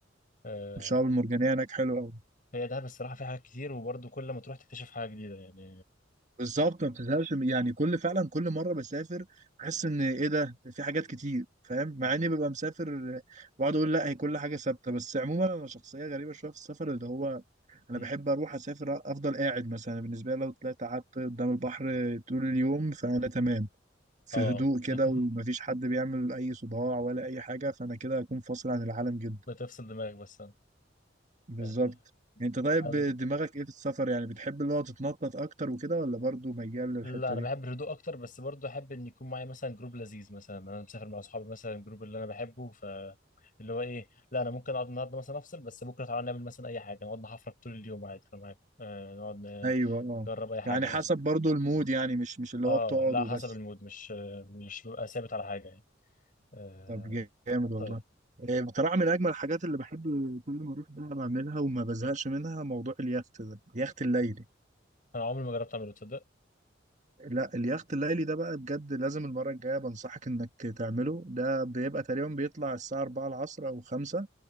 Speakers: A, on the left (about 45°); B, on the right (about 40°).
A: آه،
B: الشعاب المرجانيه هناك حلوه قوي
A: هي دهب الصراحه فيها حاجات كتير وبرضه كل ما تروح تكتشف حاجه جديده يعني
B: بالظبط ما بتزهقش من- يعني كل فعلا كل مره بسافر بحس ان ايه ده في حاجات كتير فاهم
A: مم.
B: مع اني ببقى مسافر آه، بقعد اقول لا هي كل حاجه ثابته بس عموما انا شخصيه غريبه شويه في السفر اللي هو انا
A: مم.
B: بحب اروح اسافر افضل قاعد مثلا بالنسبه لي لو طلعت قعدت قدام البحر طول اليوم فانا تمام في
A: اه
B: هدوء كده
A: <laughs>
B: ومفيش حد بيعمل اي صداع ولا اي حاجه فانا كده هكون فاصل عن العالم جدا
A: بتفصل دماغك بس
B: بالظبط
A: آه.
B: انت طيب
A: آه.
B: دماغك ايه في السفر يعني بتحب اللي هو تتنطط اكتر وكده ولا برضه ميال للحته
A: لا انا
B: دي
A: بحب الهدوء اكتر بس برضه احب ان يكون معايا مثلا جروب لذيذ مثلا انا مسافر مع اصحابي مثلا الجروب اللي انا بحبه ف اللي هو ايه لا انا ممكن اقعد النهارده مثلا افصل بس بكره تعالى نعمل مثلا اي حاجه نقعد نحفرك طول اليوم عادي انا معاك آه نقعد ن-
B: ايوه اه
A: نجرب اي حاجه
B: يعني حسب
A: مثلا
B: برضو المود يعني مش مش اللي
A: اه
B: هو بتقعد
A: لا
B: وبس
A: حسب المود مش آه، مش ببقى ثابت على حاجه يعني آه
B: طب جامد والله
A: طيب
B: إيه، بصراحة من أجمل الحاجات اللي بحب كل ما أروح بقى بعملها وما بزهقش منها موضوع اليخت ده اليخت الليلي
A: انا عمري ما جربت اعمله تصدق
B: لا اليخت الليلي ده بقى بجد لازم المرة الجاية بنصحك إنك تعمله ده بيبقى تقريبا بيطلع الساعة 4 العصر أو 5